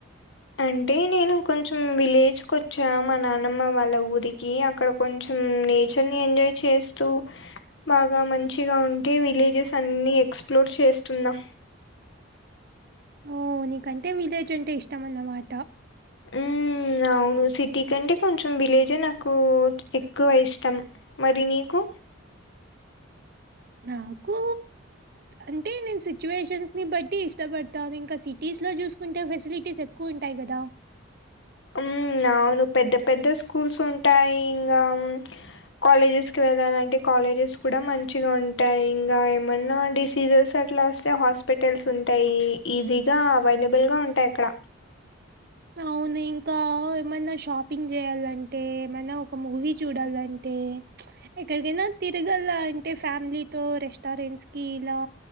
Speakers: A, on the left; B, on the right.
A: అంటే నేను కొంచెం విలేజ్ కు వచ్చా మా నానమ్మ వాళ్ళ ఊరికి అక్కడ. కొంచెం నేచర్ ని ఎంజాయ్ చేస్తూ బాగా మంచి. అఉంటే విలేజెస్ అన్ని ఎక్స్ప్లోర్ చేస్తున్నా.
B: హు నీకంటే విలేజ్ అంటే ఇష్టం అన్నమాట.
A: హు అవును సిటీ కంటే కొంచెం విలేజే నాకు ఎక్కువ ఇష్టం. మరి నీకు
B: నాకు అంటే నేను సిచ్యువేషన్స్ ని బట్టి ఇష్టపడతాను ఇంకా సిటీస్ లో చూసుకుంటే ఫెసిలిటీస్ ఎక్కువ ఉంటాయి కదా!
A: ఉ అవును పెద్ద పెద్ద స్కూల్స్ ఉంటాయి ఇంకా కాలేజెస్ కి వెళ్ళాలంటే కాలేజెస్ కూడా మంచిగా ఉంటాయి ఇంకా ఏమైన్నా డిసీజెస్ అట్లా వస్తే హాస్పిటల్స్ ఉంటాయి. ఈజీగా అవైలబుల్ గా ఉంటాయి. అక్కడ
B: అవును ఇంకా ఏమన్నా షాపింగ్ చేయాలంటే ఏమన్నా ఒక మూవీ చూడాలంటే ఏ చ్ ఎక్కడికైనా తిరగలా అంటే ఫ్యామిలీతో రెస్టారెంట్స్ కి ఇలా